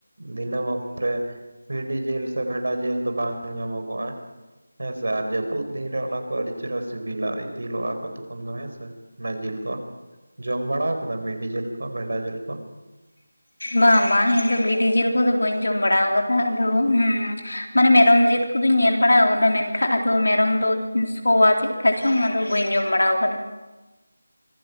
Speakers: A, on the right; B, on the left.
A: ᱫᱤᱱᱟᱹᱢ ᱚᱠᱛᱚᱮ ᱵᱷᱤᱰᱤ ᱡᱤᱞ ᱥᱮ ᱵᱷᱮᱰᱟ ᱡᱤᱞ ᱫᱚ ᱵᱟᱝ ᱧᱟᱢᱚᱜᱼᱟ᱾ ᱦᱮᱸᱥᱮ ᱟᱨ ᱡᱟᱹᱯᱩᱫ ᱫᱤᱱ ᱨᱮ ᱚᱱᱟ ᱠᱚ ᱟᱹᱰᱤ ᱪᱮᱦᱨᱟ ᱥᱤᱵᱤᱞᱟ ᱤᱛᱤᱞᱚᱜᱼᱟ ᱠᱚ ᱛᱚᱠᱷᱚᱱ ᱫᱚ ᱦᱮᱸᱥᱮ᱾ ᱚᱱᱟ ᱡᱤᱞ ᱠᱚ ᱡᱚᱢ ᱵᱟᱲᱟ ᱠᱟᱫᱟᱢ ᱢᱤᱰᱤ ᱡᱤᱞ ᱠᱚ ᱵᱷᱮᱰᱟ ᱡᱤᱞ ᱠᱚ?
B: ᱵᱟᱝ ᱵᱟᱝ ᱤᱧ ᱫᱚ ᱵᱷᱤᱰᱤ ᱡᱤᱞ ᱠᱚᱫᱚ ᱵᱟᱹᱧ ᱡᱚᱢ ᱵᱟᱲᱟ ᱠᱟᱫᱟ, ᱟᱫᱚ ᱢᱟᱱᱮ ᱢᱮᱨᱚᱢ ᱡᱤᱞ ᱠᱚᱫᱚᱧ ᱧᱮᱞ ᱵᱟᱲᱟᱫᱟ ᱢᱮᱱᱠᱷᱟᱱ ᱟᱫᱚ ᱢᱮᱨᱚᱢ ᱫᱚ ᱥᱚᱣᱟ ᱪᱮᱫ ᱠᱟ ᱪᱚᱝ ᱟᱫᱚ ᱵᱟᱹᱧ ᱡᱚᱢ ᱵᱟᱲᱟ ᱟᱠᱟᱫᱟ ᱾